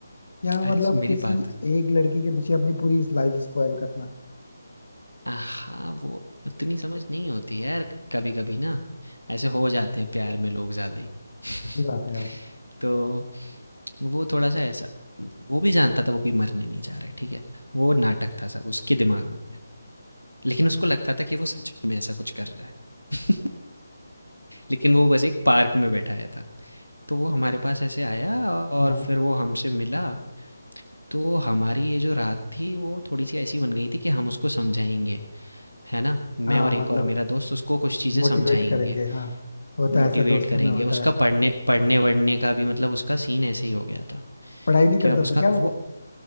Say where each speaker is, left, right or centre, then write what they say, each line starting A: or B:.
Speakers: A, on the left (about 55°); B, on the left (about 85°).
A: यहाँ
B: अरे
A: मतलब
B: स मेरी
A: किसी
B: बात
A: एक लड़की के पीछे अपनी पूरी लाइफ स्पॉइल करना
B: हाँ, वो उतनी समझ नहीं होती यार कभी-कभी ना ऐसे हो जाते हैं प्यार में लोग ज़्यादा ही <laughs>
A: सही बात है यार
B: तो वो थोड़ा सा ऐसा वो भी जानता था वो कोई मरने नहीं जा रहा है ठीक है वो नाटक था सब उसके दिमाग में लेकिन उसको लगता था कि वो सच में ऐसा कुछ कर रहा है <laughs> लेकिन वो बस एक पार्क में बैठाया था तो वो हमारे पास ऐसे आया और
A: हाँ
B: फिर वो हमसे मिला तो हमारी ये जो रात थी वो थोड़ी सी ऐसी बन गई थी कि हम उसको समझाएंगे है ना मैं
A: हाँ
B: और एक
A: मतलब
B: और मेरा दोस्त उसको कुछ चीज़ें
A: मोटिवेट
B: समझाएंगे
A: करेंगे हाँ होता
B: मोटिवेट
A: है ऐसा दोस्तों
B: करेंगे
A: में होता
B: उसका
A: है अक्सर।
B: पढ़ने पढ़ने-वढ़ने का भी मतलब उसका सीन ऐसे ही हो गया था
A: पढ़ाई नहीं करता
B: कि अब उसका
A: था क्या
B: वो
A: वो